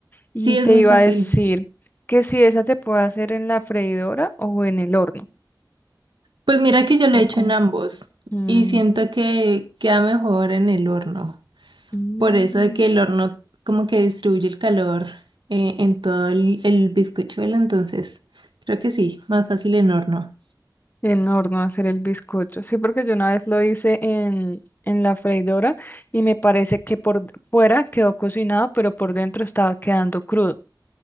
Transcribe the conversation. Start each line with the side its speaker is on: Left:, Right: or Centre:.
Left: Y
Right: Sí, es
Left: te
Right: muy
Left: iba
Right: fácil.
Left: a decir que si esa se puede hacer en la freidora o en el horno.
Right: Pues mira que yo lo
Left: ¿O
Right: he hecho
Left: cómo?
Right: en ambos
Left: mm,
Right: y siento que queda mejor en el horno.
Left: mm.
Right: Por eso de que el horno como que distribuye el calor eh, en todo el, el bizcochuelo, entonces creo que sí, más fácil en horno.
Left: En horno hacer el bizcocho. Sí, porque yo una vez lo hice en, en la freidora y me parece que por d- fuera quedó cocinado, pero por dentro estaba quedando crudo.